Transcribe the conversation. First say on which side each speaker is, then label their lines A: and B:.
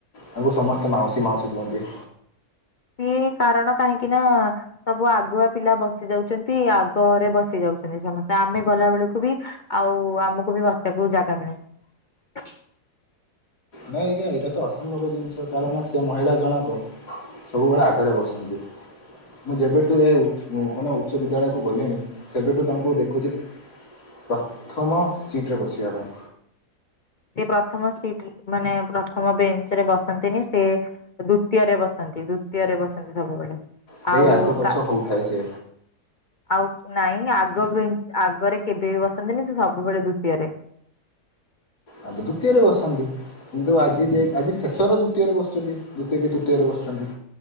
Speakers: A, on the left; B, on the left.
A: ତାଙ୍କୁ ସମସ୍ତେ ମାଉସୀ ମାଉସୀ କୁହନ୍ତି।
B: ସିଏ କାରଣ କାହିଁକି ନା ସବୁ ଆଗୁଆ ପିଲା ବସି ଯାଉଛନ୍ତି ଆଗରେ ବସି ଯାଉଛନ୍ତି। ସମସ୍ତେ ଆମେ ଗଲା ବେଳକୁ ବି ଆଉ ଆମକୁ ବି ବସିବାକୁ ଜାଗା ମିଳୁ <inaudible>
A: ନାଇଁ ଆଜ୍ଞା, ଏଇଟା ତ ଅସମ୍ଭବ ଜିନିଷ କାରଣ ସେ ମହିଳା ଜଣକ ସବୁବେଳେ ଆଗରେ ବସନ୍ତି। ମୁଁ ଯେବେଠୁ ଏ କଣ ଉଚ୍ଚ ବିଦ୍ୟାଳୟକୁ ଗଲିଣି ସେବେଠୁ ତାଙ୍କୁ ଦେଖୁଛି ପ୍ରଥମ ସିଟରେ ବସିବା ପାଇଁ
B: ସେ ପ୍ରଥମ ସିଟ ମାନେ ପ୍ରଥମ ବେଞ୍ଚ ରେ ବସନ୍ତିନି, ସେ ଦ୍ଵିତୀୟରେ ବସନ୍ତି, ଦ୍ଵିତୀୟରେ ବସନ୍ତି ସବୁବେଳେ।
A: ସେଇ
B: ଆଉ
A: ଆଗ ପଛ
B: କା
A: ହଉଥାଏ ସେ
B: ଆଉ ନାଇଁ ଆଗ ବେଞ୍ଚ ଆଗ ଘରେ କେବେ ବି ବସନ୍ତିନି ସେ ସବୁବେଳେ ଦ୍ଵିତୀୟରେ
A: ଆ ତ ଦ୍ୱିତୀୟରେ ବସନ୍ତି କିନ୍ତୁ ଆ ଜି ଆଜି ଶେଷର ଦ୍ୱିତୀୟରେ ବସିଚନ୍ତି, ଦ୍ୱିତୀୟ କି ତୃତୀୟରେ ବସିଚନ୍ତି।